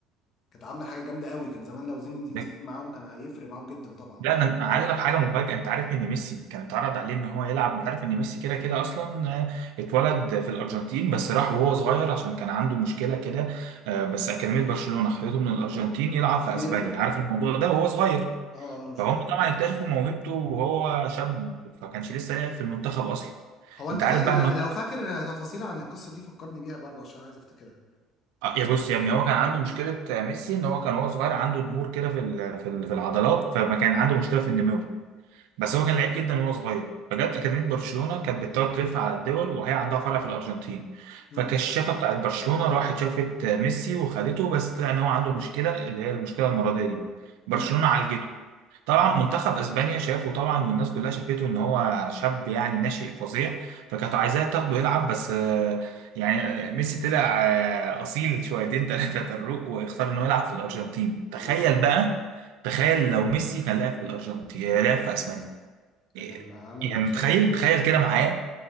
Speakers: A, on the left; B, on the right.
A: كانت عامله حاجه جامده قوي كان زمان لو زين الدين
B: ده-
A: زيدان معاهم كان هيفرق معاهم جدا طبعا
B: لا انا أنا عايز لك حاجه مفاجاه انت عارف ان ميسي كان اتعرض عليه ان هو يلعب انت عارف ان ميسي كده كده اصلا آه، اتولد في الارجنتين بس راح وهو صغير عشان كان عنده مشكله كده آه، بس اكاديميه برشلونه خدته من الارجنتين يلعب
A: مش
B: في
A: بيطول
B: اسبانيا عارف الموضوع ده وهو صغير
A: اه انه مش
B: فهم
A: بيطول
B: طبعا
A: أيوة.
B: اكتشفوا موهبته وهو شاب فكانش لسه لاعب في المنتخب اصلا
A: هو انت
B: انت عارف
A: فاكر
B: بقى
A: لو
B: ان هو
A: لو فاكر تفاصيل عن القصه دي فكرني بيها برضه عشان عايز افتكرها
B: آه، يا بص يا ابني هو كان عنده مشكله آه، ميسي ان هو كان وهو صغير عنده ضمور كده في ال- في ال- في العضلات فما كان عنده مشكله في النمو بس هو كان لعيب جدا وهو صغير فجت اكاديميه برشلونه كانت
A: طبعا
B: بتدور تلف على الدول وهي عندها فرع في الارجنتين
A: امم
B: فالكشافه بتاعت برشلونه راحت شافت آه، ميسي وخدته بس طلع ان هو عنده مشكله اللي هي المشكله المرضيه دي برشلونه
A: امم
B: عالجته طبعا
A: أمم.
B: منتخب اسبانيا شافه طبعا والناس كلها شافته ان هو شاب يعني ناشئ فظيع فكانت عايزاه تاخده يلعب بس آه، يعني آه، ميسي طلع آه، اصيل شويتين <laughs> ثلاثه طروق واختار انه يلعب في الارجنتين تخيل
A: الله
B: بقى تخيل لو ميسي كان لعب في الارجنتين آه، لعب في اسبانيا إيه،
A: ده كان عمل
B: يعني
A: مشاكل
B: تخيل تخيل كده معايا